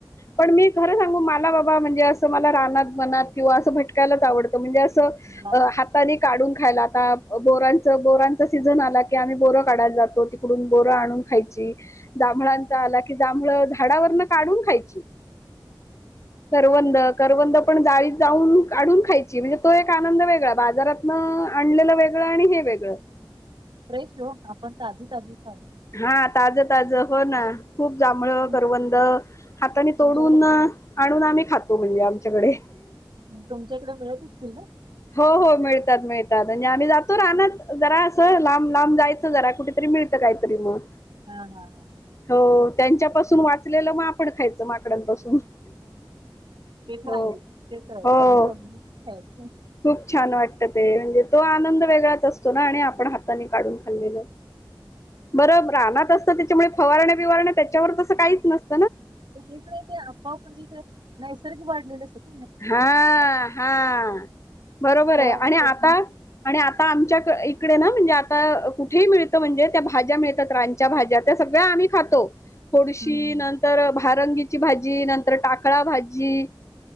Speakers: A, on the left; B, on the right.
A: पण मी खर सांग सांगू मला बाबा म्हणजे असं मला रानात वनात किंवा असं भटकायलाच आवडतं म्हणजे असं
B: मला
A: अ हाताने काढून खायला आता बोरांच बोरांच सीझन आला की आम्ही बोर काढायला जातो तिकडून बोरं आणून खायची जांभळांचा आला की जांभळ झाडावरन काढून खायची करवंद करवद पण जाळीत जाऊन काढून खायची म्हणजे तो एक आनंद वेग ळा बाजारातन आणलेलं वेगळं आणि हे वेगळं
B: फ्रेश हो आपण ताजी ताजी खा
A: हा ताजं ताजं हो ना खूप जांभळं
B: तुम-
A: करवंद हाताने
B: तुमच्याकडे
A: तोडून आणून आम्ही खातो तो म्हणजे आमच्याकडे
B: तुमच्याकडे मिळत असतील ना
A: हो हो मिळतात मिळतात आणिजे आम्ही जातो राहना जरा असं लांब लांब जायच कुठंतरी मिळत कायतरी मग
B: हा हा हा हा
A: हो त्यांच्या पाासून वाच माप ण खायचं माकडांपासून
B: ते तर
A: हो
B: आहेच ते तर आहेच
A: हो
B: त्तानी त्यां सोच
A: खूप छान वाटत ते म्हणजे तो आनंद वेगळाच असतो ना आणि आपण हाताने काढून खाल्लेला बर रानात
B: आणि
A: असत त्याच्यामुळे फवारण्या बिवारण्या त्याच्यावर तसं काहीच नसत
B: च नाही ते आपोआप जस नैसर्गिक वाडलेला आसतात.
A: हा हा बरोबरय
B: फवारणी
A: आणि आता
B: करून
A: आणि आता आमच्या क एक ना म्हणजे आता कुठेही मिळत म्हणजे त्या भाज्या मिळतात रानच्या भाज्या, त्या सगळ्या आम्ही खातो. खोडुशी
B: हम्म, हम्म.
A: नंतर, भारंगीची भाजी नंतर, टाकळा भाजी